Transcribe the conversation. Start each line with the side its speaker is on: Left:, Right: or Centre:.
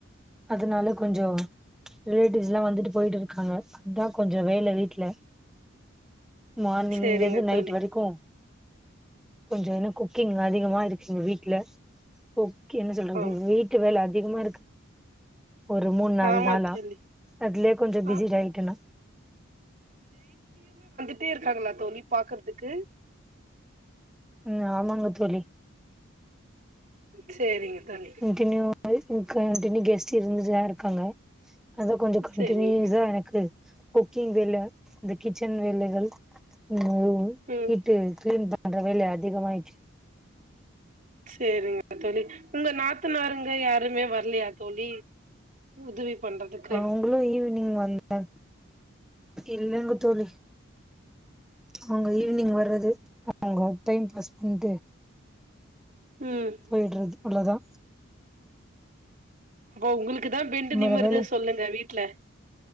Centre: அதனால கொஞ்சோ ரிலேட்டிவ்ஸ்லா வந்துட்டு போயிட்டு இருக்காங்க த்தா கொஞ்சோ வேல வீட்டுல மார்னிங்ல
Right: சேரிங்க
Centre: இருந்து நைட்
Right: தோழி
Centre: வரைக்கு கொஞ்சோ ஏன்னா குக்கிங் அதிகமா இருக்கீங்க வீட்டுல கு கு என்ன சொல்றது
Right: ஓ
Centre: வீட்டு வேல அதிகமா இருக்கு ஒரு மூணு நாள்
Right: ஆமா
Centre: நாளா
Right: தோழி
Centre: அதுலயே கொஞ்சோ
Right: ஆ
Centre: பிஸிட் ஆயிட்டேனா
Right: கிட்ட இருக்காங்களா தோழி பாக்குறதுக்கு
Centre: உ ஆமா ங்க தோழி
Right: சேரிங்க தோழி
Centre: கன்டியூ கியூ கெஸ்ட் இருந்துச்ச க்காங்க அதா கொஞ்சோ கண்டடினியூஸா
Right: சேரி
Centre: எனக்கு குக்கிங் வேல இந்த கிச்சன் வேலைகள் அ வரு
Right: ம்
Centre: ஹட்டு கிளீன் ப பன்ற வெல அதிகமா ஆயிச்சு
Right: சேரிங்க தோழி உங்க நாத்து நாருங்க யாருமே வரலையா தொளி உதவி பண்றதுக்கு
Centre: அவங்களு ஈவினிங் வந்தே இல்லங்க தோழி அவங்க ஈவினிங் வர்றது அவங்க டைம் பாஸ் உன்ட்
Right: ம்
Centre: போய்ட்றது அவ்ளதா
Right: அப்போ உங்களுக் க்குதா பெண்டு
Centre: நம்ம
Right: நிமுறது
Centre: வேல
Right: சொல்லுங்க வீட்ல